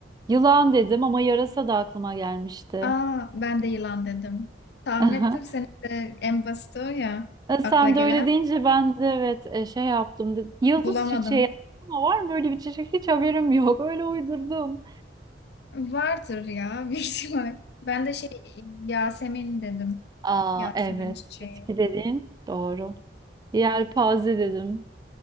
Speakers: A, on the right; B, on the left.
A: Yılan dedim ama yarasa da aklıma gelmişti.
B: <laughs> Aa ben de yılan dedim. Tahmin
A: <laughs>
B: ettim senin de en basit o ya
A: E,
B: akla
A: Sen
B: gelen.
A: de öyle deyince ben de evet e, şey yaptım dedim. Yıldız
B: Bulamadım.
A: çiçeği ama var mı öyle bir çiçek? Hiç haberim yok. Öyle uydurdum.
B: Vardır ya <laughs> bir ihtimal. Ben de şey Yasemin dedim.
A: Aa
B: Yasemin
A: evet.
B: çiçeği.
A: Bitki dedin. Doğru. Yelpaze dedim.